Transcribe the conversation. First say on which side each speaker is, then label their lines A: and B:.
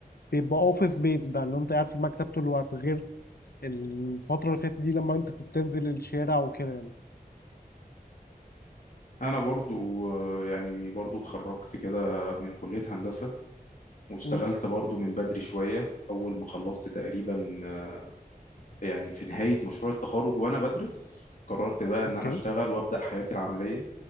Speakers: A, on the left; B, on the left.
A: بيبقى اوفيس بيز بقى اللي هو انت قاعد في المكتب طول الوقت غير الفترة اللي فاتت دي لما انت كنت تنزل الشارع وكده يعني
B: أنا برضو آه، يعني برضو اتخرجت كده من كلية هندسة واشتغلت
A: مم.
B: برضو من بدري شوية أول ما خلصت تقريبا آه، يعني في نهاية مشروع التخرج وأنا بدرس قررت بقى إن
A: اوكي
B: أنا أشتغل وأبدأ حياتي العملية